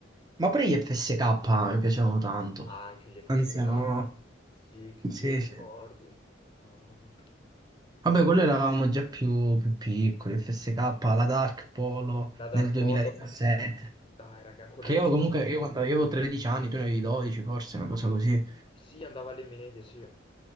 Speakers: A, on the right; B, on the left.
A: ma pure gli FSK mi piacevano tanto.
B: Ah, anche gli FSK.
A: Anziano,
B: Sì, che,
A: sì,
B: che ricordi.
A: sì.
B: Mamma.
A: Vabbè, quello eravamo già più, più piccoli, FSK, la Dark Polo
B: La
A: nel
B: Dar
A: 2017.
B: Polo. Dai, raga, quello
A: Che
B: lì
A: io
B: ci
A: comunque,
B: sono cresciuti.
A: io quando io avevo 13 anni, tu ne avevi 12 forse, una
B: Mm,
A: cosa così.
B: sì, andava alle medie, sì.